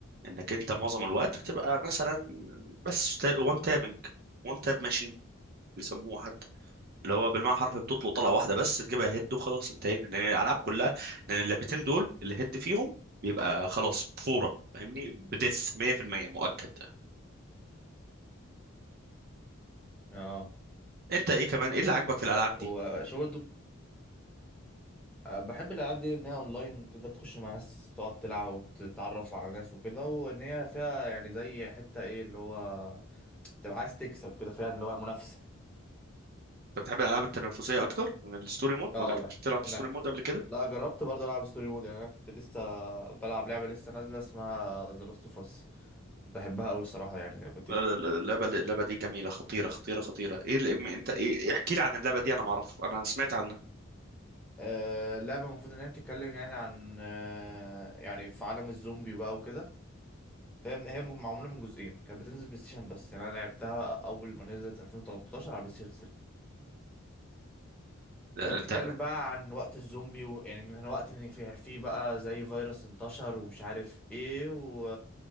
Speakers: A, on the right; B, in the centre.
A: انك انت معظم الوقت بتبقى مثلا بس وان تابنج وان تاب ماشين بيسموها اللي هو بالمعنى حرفي بتطلق طلقه
B: امم
A: واحده بس تجيبها هيد وخلاص انتهينا لان الالعاب كلها لان اللعبتين دول الهيد فيهم بيبقى خلاص فوره فاهمني بدث 100% مؤكد
B: اه
A: انت ايه كمان ايه اللي عاجبك في الالعاب
B: وشو
A: دي
B: برضه بحب الالعاب دي ان هي اونلاين تقدر تخش مع ناس تقعد تلعب وتتعرف على ناس وكده وان هي فيها يعني زي حته ايه اللي هو تبقى عايز تكسب كده فعلا اللي هو منافسه
A: انت بتحب الالعاب التنافسيه اكتر من الستوري مود
B: اه
A: ما جربتش
B: بحب
A: تلعب في
B: بحب
A: ستوري مود قبل كده
B: لا جربت برضه العب ستوري مود يعني انا كنت لسه بلعب لعبه لسه نازله اسمها ذا لاست اوف اس بحبها قوي الصراحه يعني اللعبه دي
A: اللعبه اللعبه دي جميله خطيره خطيره خطيره ايه اللي انت ايه احكي لي عن اللعبه دي انا ما اعرف انا سمعت عنها
B: آه، اللعبه المفروض ان هي بتتكلم يعني عن آه، يعني في عالم الزومبي وبقى وكده فهي من- هي معموله من جزئين كانت بتنزل بلاي ستيشن بس يعني انا لعبتها اول ما نزلت 2013 على بلاي ستيشن
A: لا،
B: فهي بتتكلم
A: انت
B: بقى عن وقت الزومبي و... يعني ان احنا وقت ان في في بقى زي فيروس انتشر ومش عارف ايه و...